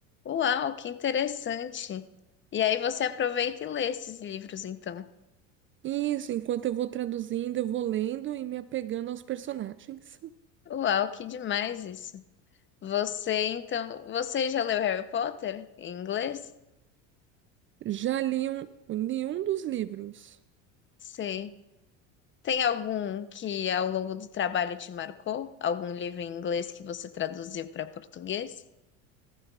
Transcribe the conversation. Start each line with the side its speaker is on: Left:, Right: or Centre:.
Left: Uau, que interessante! E aí você aproveita e lê esses livros, então.
Right: Isso, enquanto eu vou traduzindo, eu vou lendo e me apegando aos personagens.
Left: Uau, que demais isso! Você, então, você já leu Harry Potter em inglês?
Right: Já li um, li um dos livros.
Left: Sei. Tem algum que ao longo do trabalho te marcou? Algum livro em inglês que você traduziu para português?